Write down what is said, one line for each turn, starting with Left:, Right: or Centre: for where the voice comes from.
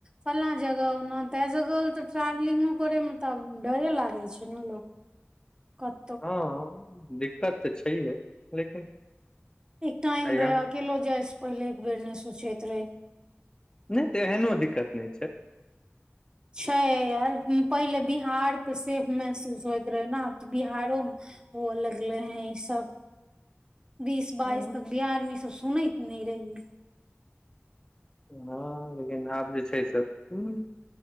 Right: फल्ना जगह ओना त जगल तऽ ट्रेवलिंगो करे मे तब डरे लागै छै ने लोक कत
Left: हँ दिक्कत तऽ छैहे लेकिन
Right: एक टाइम
Left: एहिया
Right: रहे अकेलो जाय से पहिले एक बेर नहि सोचैत रही
Left: नहि तेहनो दिक्कत नहि छै
Right: छै य यार पहिले बिहार तऽ सेफ महसूस होइत रहै न आब तऽ बिहारोमे हुअ लगलै हं ई सब
Left: <inaudible>
Right: बीस बाइस
Left: हँ
Right: तक बिहार मे ई सब सुनैत नहि रहियै
Left: हाँ लेकिन आब जे छै से हूँ